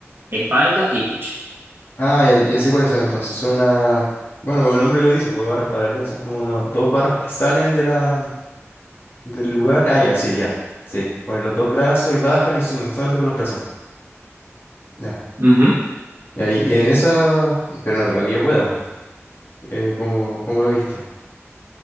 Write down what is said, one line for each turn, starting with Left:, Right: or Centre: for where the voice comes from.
Right: espalda y pecho.
Left: Ah, ya, ya sé cuáles son entonces. Son una... Bueno, como el nombre lo dice, pues barras paralelas son como uno- dos barras que salen de la, del lugar. Ah, ya, sí, ya. Sí, ponen los dos brazos y bajan y suben, solamente con los brazos. Ya.
Right: Ujú.
Left: Y ahí, y en esa... Pero no creo que yo pueda. Eh, como, como lo he visto.